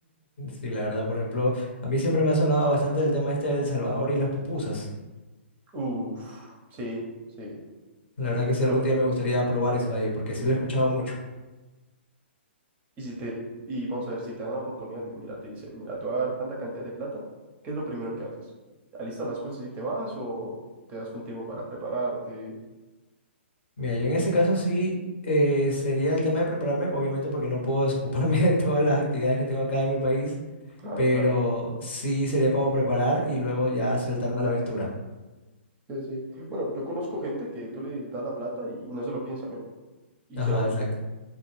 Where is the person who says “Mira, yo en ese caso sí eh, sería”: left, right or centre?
Left